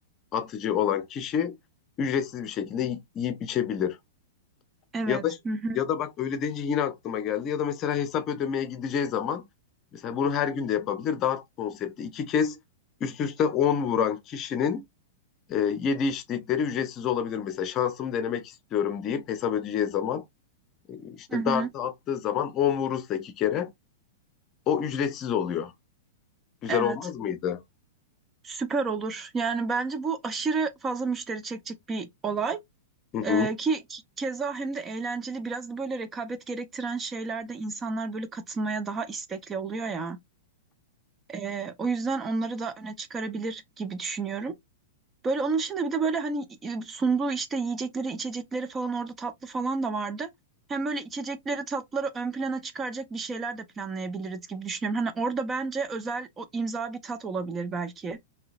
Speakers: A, on the left; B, on the right.
A: atıcı olan kişi ücretsiz bir şekilde y- yiyip içebilir.
B: evet.
A: Ya da
B: Hı hı,
A: ya da bak öyle deyince yine aklıma geldi. Ya da mesela hesap ödemeye gideceği zaman mesela bunu her gün de yapabilir. Dart konsepti iki kez üst üste 10 vuran kişinin e, yedi içtikleri ücretsiz olabilir. Mesela şansımı denemek istiyorum deyip hesap ödeyeceği zaman e, işte
B: hı hı,
A: dartı attığı zaman 10 vurursa iki kere o ücretsiz oluyor. Güzel
B: evet.
A: olmaz mıydı?
B: Süper olur. Yani bence bu aşırı fazla müşteri çekecek bir olay.
A: Hı hı.
B: Ee, ki ki- keza hem de eğlenceli biraz da böyle rekabet gerektiren şeylerde insanlar böyle katılmaya daha istekli oluyor ya. Ee, o yüzden onları da öne çıkarabilir gibi düşünüyorum. Böyle onun dışında bir de böyle hani e, sunduğu işte yiyecekleri, içecekleri falan orada tatlı falan da vardı. Hem böyle içecekleri, tatları ön plana çıkaracak bir şeyler de planlayabiliriz gibi düşünüyorum. Hani orada bence özel o imza bir tat olabilir belki.